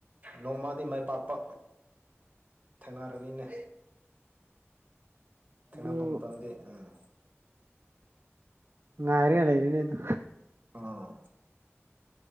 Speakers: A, on the right; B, on the right.
A: ꯅꯣꯡꯃꯗꯤ ꯃꯥꯏ ꯄꯥꯛꯄ ꯊꯦꯡꯅꯔꯅꯤꯅꯦ ꯊꯦꯡꯅꯕ
B: ꯑꯗꯨ
A: ꯃꯇꯝꯗꯤ ꯎꯝ <unintelligible>
B: ꯉꯥꯏꯔꯒ ꯂꯩꯔꯦꯅꯦꯗ
A: ꯑꯥ